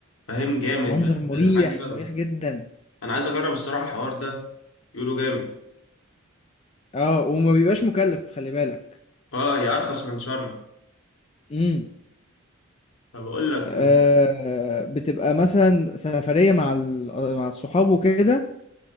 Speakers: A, on the left; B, on the left.
A: فاهم جامد
B: منظر
A: ده
B: مُريح،
A: انت عايز اجرب
B: مُريح جدًا.
A: انا عايز اجرب الصراحة الحوار ده يقولوا جامد
B: اه وما بيبقاش مكلف خلي بالك
A: اه هي ارخص من شرم
B: امم
A: فبقول لك
B: آه بتبقى مثلا سفرية مع ال- مع الصحاب وكده